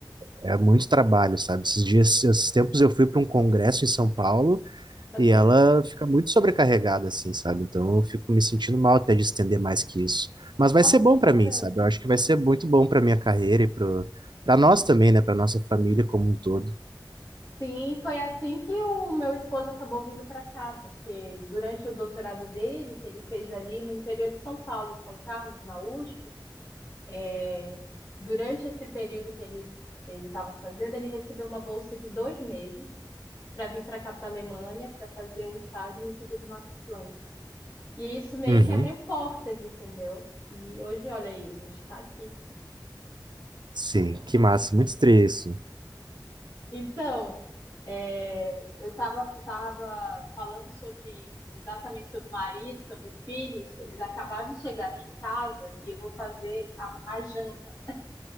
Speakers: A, on the right (about 70°); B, on the left (about 50°).
A: é, é muito trabalho, sabe? Esses dias, esses tempos eu fui para um congresso em São Paulo.
B: Uhum.
A: E ela fica muito sobrecarregada, assim, sabe? Então eu fico me sentindo mal até de estender mais que isso. Mas vai
B: Nossa,
A: ser bom
B: que bacana.
A: pra mim, sabe? Eu acho que vai ser muito bom pra minha carreira e pro... para nós também, né? Pra nossa família como um todo.
B: Sim, foi assim que o meu esposo acabou vindo para cá, porque durante o doutorado dele, que ele fez ali no interior de São Paulo, em São Carlos, na USP, É, Durante esse período que ele ele estava fazendo, ele recebeu uma bolsa de dois meses para vir para cá, para a Alemanha, para fazer um estágio no Instituto Max Planck. E isso meio
A: Uhum.
B: que abriu portas, entendeu? E hoje, olha aí, a gente está aqui.
A: Sim, que massa, muito estranho isso.
B: Então, é, eu estava tava tava falando sobre exatamente sobre o marido, sobre filhos. Eles acabaram de chegar aqui em casa e eu vou fazer a, a janta.